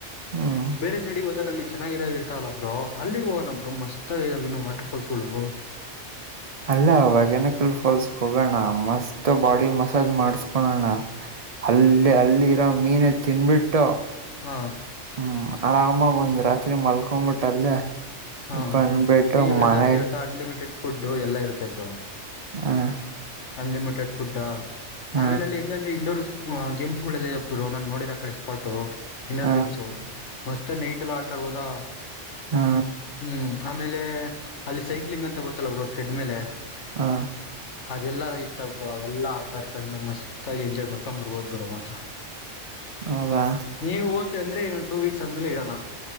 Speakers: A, on the right; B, on the left.
A: ಹ್ಮ್
B: ಬೇರೆ ಸೈಡಿ ಗೋತ್ತತ್ತಲ್ಲಿ ಚೆನ್ನಾಗಿರ ಇರ್ತಾವಲ್ಲ ಬ್ರೊ ಅಲ್ಲಿಗೋಗನ ಬ್ರೊ ಮಸ್ತಾಗಿದಾವೆ ಇನ್ನು ವಾಟರ್ಫಾಲ್ಸ್ ಗಳು <inaudible>
A: ಅಲ್ಲ ಹೊಗಿನಿಕಲ್ ಫಾಲ್ಸ್ ಹೋಗೋಣ ಮಸ್ತ್ ಬಾಡಿ ಮಸಾಜ್ ಮಾಡ್ಸ್ಕೊಳಣ ಅಲ್ಲ್ ಅಲ್ಲಿ ಇರೋ ಮೀನೆ ತಿನ್ಬಿಟ್ಟು
B: ಹಾ
A: ಹ್ಮು ಆರಾಮಾಗ ಒಂದ್ ರಾತ್ರಿ ಮಲ್ಕೊಂಬಿಟ್ಟಲ್ಲೇ
B: ಹಾ
A: <unintelligible> ದಬಿಟ್ಟು
B: ನೀ ರೆಸಾರ್ಟ್
A: ಮನೆ
B: ಇರ್ತಾ ಅನ್ಲಿಮಿಟೆಡ್ ಫುಡ್ ಎಲ್ಲ ಇರುತ್ತೆ ಬ್ರೊ
A: ಹ್ಮು
B: ಅನ್ಲಿಮಿಟೆಡ್ ಫುಡ್ಡ
A: ಹ
B: ಆಮೇಲೆ ಅಲ್ಲಿ ಹೆಂಗಂದ್ರೆ ಇಂಡೋರ್ಸು ಗೊ ಗೇಮ್ಸ್ ಗಳಲ್ಲೇ ಬ್ರೊ ನಾನ್ ನೋಡಿರ್ಕಡೆ ಸ್ಪಾಟು ಇಂಡೋರ್
A: ಹ
B: ಗೇಮ್ಸು ಮಸ್ತ್ ನೈಟೇಲ್ಲ ಆಟಡ್ಬೊದಾ
A: ಹ್ಮು
B: ಹ್ಮು ಆಮೇಲೆ ಅಲ್ಲಿ ಸೈಕ್ಲಿಂಗ್ ಅಂತ ಬರ್ತಲ್ಲ ಟ್ರೆಡ್ ಮೇಲೆ-
A: ಹಾ
B: ಅದೆಲ್ಲ ಇರ್ತವ್ ಬ್ರೊ ಅವೆಲ್ಲ ಆಟಡ್ಕೊಂಡು ಮಸ್ತಾಗಿ ಎಂಜಾಯ್ ಮಾಡ್ಕೊಂಡ್ ಬರ್ಬೋದ್ ಬ್ರೊ ಮಾತ್ರ <unintelligible> <inaudible>
A: ಹೌದಾ
B: ನೀವು ಓಕೆ ಅಂದ್ರೆ ಇನ್ನೊಂದ್ ಟೂ ವೀಕ್ಸ್ ಅಂದ್ಮೇಲೆ ಇಡನ